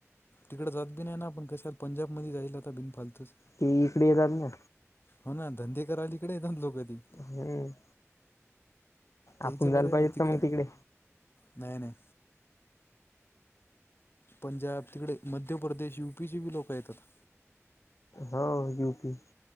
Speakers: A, on the left (about 45°); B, on the left (about 75°).
A: तिकडें जात बि नाही ना आपण कशाला पंजाबमध्ये जाईला. आता बिन फालतंच
B: ती इकडेे येतात ना
A: हो ना, धंदे करायला इकडे येतात लोक कधी
B: हम्म
A: तेचं
B: आपण जायला
A: बर
B: पाहिजेत
A: बा तिकडं
B: का मग तिकडे
A: नाही नाही. पंजाब तिकडे. मध्य प्रदेश युपी ची बी लोकं येतात.
B: हो, यूपी